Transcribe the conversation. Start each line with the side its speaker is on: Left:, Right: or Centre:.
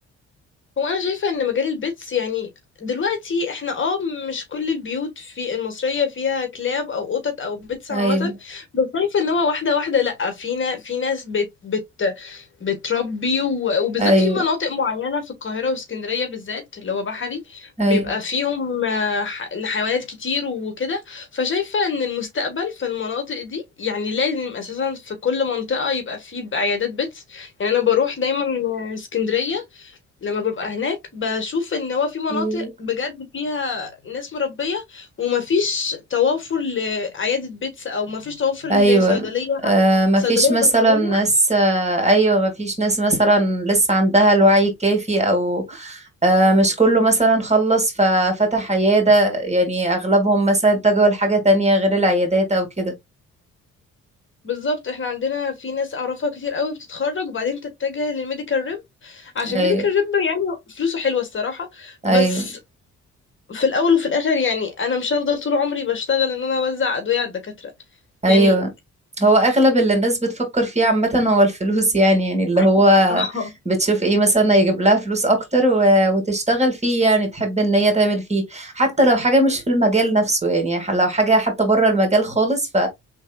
Left: هو انا شايفه ان مجال البيتس يعني دلوقتي احنا اه مش كل البيوت في المصريه فيها كلاب او قطط او بيتس
Right: ايوه
Left: عامه بس شايفه ان هو واحده واحده لا فينا في نا- في ناس بت بت بتربي و- وبالذات
Right: ايوه
Left: في مناطق معينه في القاهره واسكندريه بالذات اللي هو بحري
Right: ايوه
Left: بيبقى فيهم آه، ح- حيوانات كتير وكده فشايفه ان المستقبل في المناطق دي يعني لازم اساسا في كل منطقه يبقى فيه عيادات بيتس يعني انا بروح دايما اسكندريه لما ببقى هناك بشوف ان هو في مناطق
Right: ايوه
Left: بجد فيها ناس مربية ومفيش توافر لعيادة بيتس او مفيش توافر لصيدلية
Right: ايوه آه مفيش
Left: صيدلية
Right: مثلا
Left: بيطرية
Right: ناس آه ايوه مفيش ناس مثلا لسه عندها الوعي الكافي او آه مش كله مثلا خلص ففتح عيادة يعني اغلبهم مثلا اتجهوا لحاجة تانية غير العيادات او كده
Left: بالظبط احنا عندنا في ناس اعرفها كتير قوي بتتخرج وبعدين تتجه للميديكال ريب عشان
Right: ايوه
Left: ميديكال ريب يعني فلوسه حلوة الصراحة
Right: ايوه
Left: بس في الاول وفي الاخر يعني انا مش هفضل طول عمري بشتغل ان انا اوزع ادوية على الدكاترة
Right: ايوه
Left: يعني
Right: هو اغلب اللي الناس بتفكر فيه عامة هو الفلوس يعني يعني اللي هو
Left: <laughs> اه
Right: بتشوف ايه مثلا يجيب لها فلوس اكتر و- وتشتغل فيه يعني تحب ان هي تعمل فيه حتى لو حاجة مش في المجال نفسه يعني ح- لو حاجة حتى بره المجال خالص ف